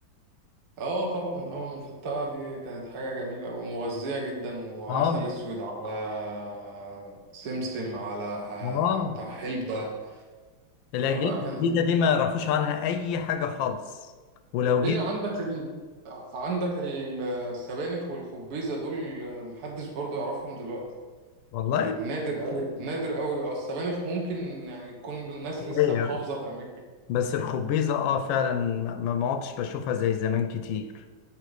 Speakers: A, on the right (about 55°); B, on the left (about 75°).
A: اه طبعا اه المفتقة دي كانت حاجة جميلة ومغذية جدا وعسل
B: اه
A: اسود على سمسم على ح-
B: اه
A: بتاع حلبة
B: الاجيال
A: اه لا كانت
B: الجديده
A: جميلة
B: دي ما يعرفوش عنها اي حاجه خالص ولو
A: ليه
B: جيت
A: عندك ال... عندك ال- السبانخ والخبيزة دول محدش برضو يعرفهم دلوقتي
B: والله
A: يعني نادر قوي نادر قوي اه السبانخ ممكن يعني تكون الناس لسه
B: هي.
A: محافظة تعملها
B: بس الخبيزه اه فعلا ما ما- ما عدتش بشوفها زي زمان كتير